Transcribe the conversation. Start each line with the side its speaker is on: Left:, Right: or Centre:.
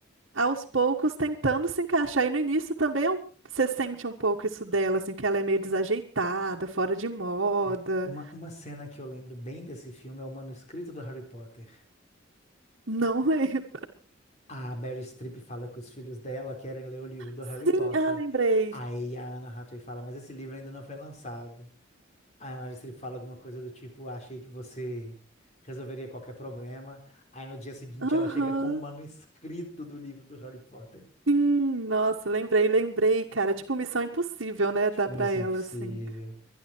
Right: aos poucos tentando se encaixar. E no início também é um- você sente um pouco isso dela, assim, que ela é meio desajeitada, fora de moda.
Left: É. Uma, uma cena que eu lembro bem desse filme é o manuscrito do Harry Potter.
Right: Não lembro.
Left: A Mary Streep fala que os filhos dela querem ler o livro do
Right: Sim,
Left: Harry Potter.
Right: ah, lembrei.
Left: Aí a Anna Hathaway fala, mas esse livro ainda não foi lançado. Aí a Mary Streep fala alguma coisa do tipo, achei que você resolveria qualquer problema. Aí no dia seguinte
Right: Aham.
Left: ela chega com o manuscrito do livro do Harry Potter.
Right: Sim, nossa, lembrei, lembrei, cara. é Tipo Missão Impossível, né?
Left: Tipo,
Right: Dá pra
Left: isso
Right: ela,
Left: é Impossível.
Right: assim.